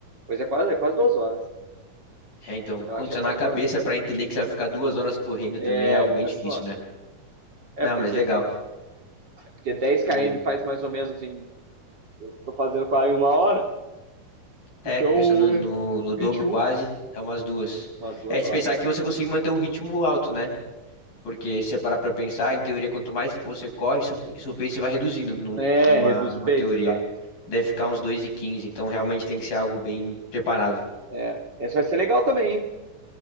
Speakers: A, on the right; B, on the left.
A: pois é quase, é quase duas horas.
B: É, então,
A: Eu
B: condicionar
A: acho que é quase
B: a cabeça
A: duas horas.
B: para entender que você vai ficar duas horas correndo
A: É,
B: também é algo bem difícil,
A: foda,
B: né?
A: velho. é
B: Não,
A: porque,
B: mas legal.
A: porque 10 km
B: O...
A: faz mais ou menos em, tô fazendo quase uma hora,
B: É,
A: então
B: pensando
A: é
B: no, no
A: vinte
B: dobro
A: e um
B: quase, dá umas duas.
A: umas duas
B: É, se
A: horas.
B: pensar que você consegue manter um ritmo alto, né? Porque se você parar para pensar, em teoria, quanto mais você corre, seu, seu pace vai reduzindo num-
A: É,
B: numa,
A: reduz
B: numa
A: o pace,
B: teoria.
A: exato.
B: Deve ficar
A: É,
B: uns dois e quinze. então realmente tem que ser algo bem preparado.
A: é. Essa vai ser legal também, hein?